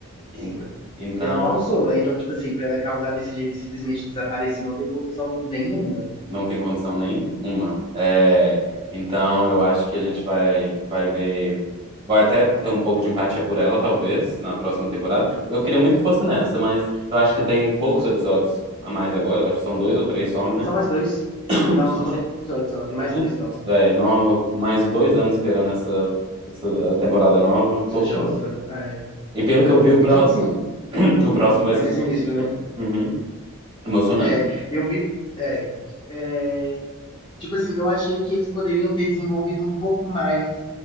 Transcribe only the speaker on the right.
Então. Então,
não tem condição nenhuma. É, então, eu acho que a gente vai, vai ver. Vai até ter um pouco de empatia por ela, talvez, na próxima temporada. Eu queria muito que fosse nessa, mas eu acho que tem poucos episódios a mais agora. Acho que são dois ou três só, né?
<clears throat>
Soma
tudo,
velho. Nova- Mais dois anos esperando essa, essa temporada nova.
Tortura.
E pelo que eu vi, o próximo,
<clears throat> o próximo vai
ser
super
emocionante.
Uhum. Emocionante.